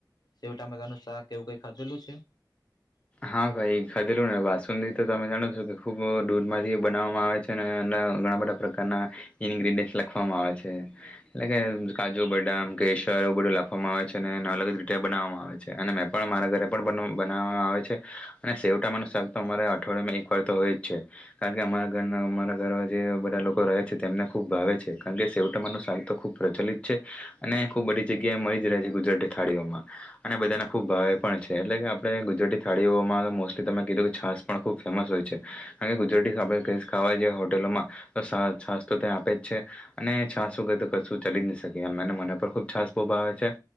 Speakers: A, on the left; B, on the left.
A: શેવ ટામેકાાનું શાક કેવું કઈ ખાધેલું છે?
B: હા ભાઈ ખાધેલુંને વાસુ તો તમે જાણો છો કે ખૂબ દૂધમાંથી બનાવવામાં આવે છે, અને એ ઘણા બધા પ્રકારના ઇન્ગ્રીડિયન્ટ લખવામાં આવે છે, એટલે કે કાજુ બદામ કેસર એવું બધું લખવામાં આવે છે અને એને અલગ રીતે બનાવવામાં આવે છે અને મેં પણ મારા ઘરે પણ બનાવવામાં આવે છે. અને સેવામાંનું શાક તો અમારા અઠવાડિયામાં એક વાર તો હોય જ છે કારણ કે અમારા ઘર અમારા ઘર જે બધા લોકો રહે છે તેમને ખુબ ભાવે છે કારણ કે સેવટામાં ન શાક તો ખૂબ પ્રચલિત છે, અને ખુબ બધી જગ્યાએ મળી જ રહે છે, ગુજરાતી થાળીઓમાં અને બધાને ખુબ ભાવે પણ છે, એટલે કે આપણે ગુજરાતી થાળીઓમાં તો મોસ્ટલી તમે કીધું કે છાસ પણ ખૂબ ફેમસ હોય છે કારણ કે ગુજરાતી આપણે ખાવા જઈએ હોટલોમાં તો છાસ તો ત્યાં આપે જ છે, અને છાસ વગર તો કશું ચાલી જ ન શકે એમને મને પણ ખૂબ છાસ ઉભ આવે છે,